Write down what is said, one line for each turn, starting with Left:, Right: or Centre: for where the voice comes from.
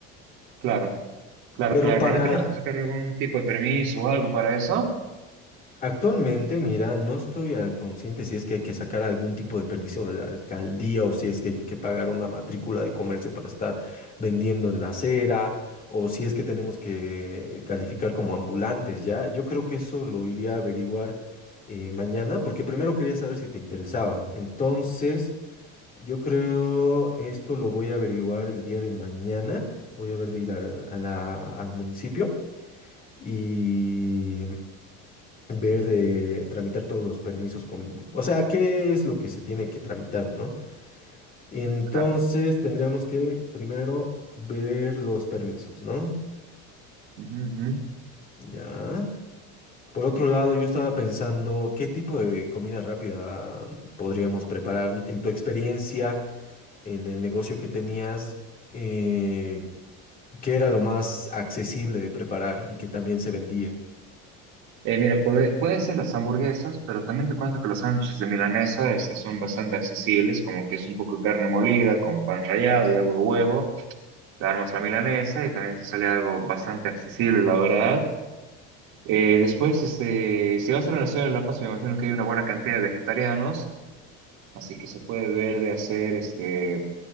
Right: Claro, claro,
Left: Pero
Right: claro, pero
Left: para,
Right: no tenemos que sacar algún tipo de permiso o algo para eso.
Left: Actualmente, mira, no estoy al consciente si es que hay que sacar algún tipo de permiso de la alcaldía o si es que hay que pagar una matrícula de comercio para estar vendiendo en la acera o si es que tenemos que calificar como ambulantes, ¿ya? Yo creo que eso lo iría a averiguar eh, mañana porque primero quería saber si te interesaba. Entonces, yo creo esto lo voy a averiguar el día de mañana. Voy a ver de ir al a la- al municipio. Y ver de tramitar todos los permisos con, o sea, qué es lo que se tiene que tramitar, ¿no? Entonces
Right: Claro.
Left: tendríamos que primero ver los permisos, ¿no?
Right: Ujú, ujú.
Left: Ya. Por otro lado, yo estaba pensando qué tipo de comida rápida podríamos preparar en tu experiencia, en el negocio que tenías, eh, qué era lo más accesible de preparar y que también se vendía.
Right: Eh, mira, puede, pueden ser las hamburguesas, pero también te cuento que los sándwiches de milanesa este, son bastante accesibles, como que es un poco de carne molida con pan rallado y algo de huevo. Le armas la milanesa y también te sale algo bastante accesible, la verdad. Eh, después, este, si vas a la Nación de La Paz, me imagino que hay una buena cantidad de vegetarianos, así que se puede ver de hacer este.